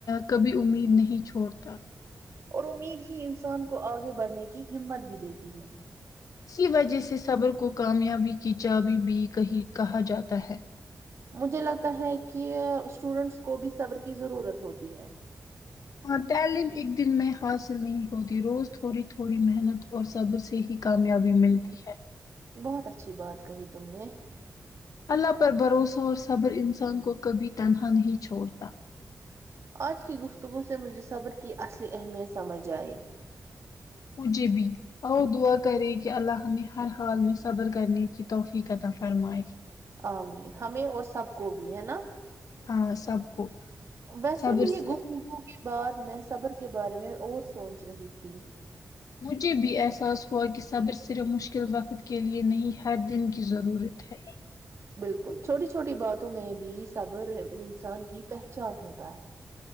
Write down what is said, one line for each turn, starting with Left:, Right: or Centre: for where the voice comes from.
Left: کبھی امید نہیں چھوڑتا
Right: اور امید ہی انسان کو آگے بڑھنے کی ہمت بھی دیتی ہے
Left: اسی وجہ سے صبر کو کامیابی کی چابی بھی کہی کہا جاتا ہے
Right: مجھے لگتا ہے کہ اسٹوڈینٹس کو بھی صبر کی ضرورت ہوتی ہے
Left: ہاں تعلیم ایک دن میں حاصل نہیں ہوتی روز تھوڑی تھوڑی محنت اور سب سے ہی کامیابی ملتی ہے
Right: بہت اچھی بات کہی تم نے
Left: اللہ پر بھروسہ اور صبر انسان کو کبھی تنہا نہیں چھوڑتا
Right: آج کی گفتگو سے مجھے صبر کی اصلی اہمیت سمجھ آئی
Left: پھے بھی ا دعا کرے کہ اللہ نے ہر حال میں صبر کرنے کی توفیقتہ فرمائے
Right: امین ہمیں اور سب کو بھی ہے نا
Left: ہاں سب کو
Right: ویسے
Left: صبر
Right: بھی یہ
Left: سے
Right: گفتگگ کے بعد میں صبر کے بارے میں اور سوچ رہی تھی
Left: مجھے بھی احساس ہوا کہ صبر صرف مشکل وقت کے لیے نہیں ہر دن کی ضرورت ہے
Right: بالکل چھوٹی چھوٹی باتوں میں بھی صبر انسان کی پہچان ہوتا ہے